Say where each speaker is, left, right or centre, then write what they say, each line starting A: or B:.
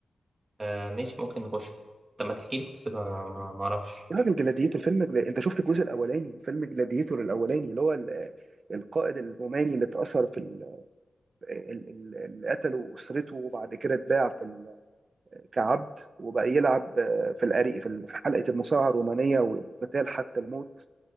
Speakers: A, on the right (about 35°); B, on the right (about 55°).
A: آه ماشي ممكن نخش طب ما تحكي لي قصتها ما ما اعرفش
B: تعرف جلاديتور فيلم جلا... انت شفت الجزء الاولاني فيلم جلاديتور الاولاني اللي هو ال- القائد الروماني اللي اتأثر في ال... ال... ال... اللي قتله اسرته وبعد كده اتباع في ال... كعبد وبقى يلعب آه، في الأري... في حلقة المصارعة الرومانية والقتال حتى الموت